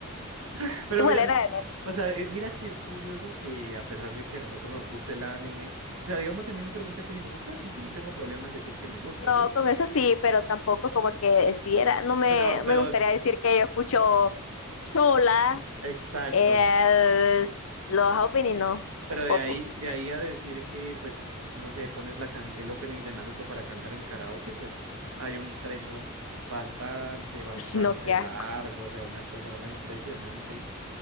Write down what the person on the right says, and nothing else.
<laughs> Pero
mira, m-
o sea, eh, mira que es curioso que a pesar de que a nosotros nos guste el anime, o sea, digamos, si a mí me pregunta que si me gusta, sí, yo no tengo problema en decir que me gusta,
¿sí?
Pero, pero
Exacto.
Pero
de ahí, de ahí a decir que, pues, no sé, pones la can- el opening de Naruto para cantar en karaoke, pues hay un trecho bastante,
bastante
largo, o sea, una cosa re impresionante.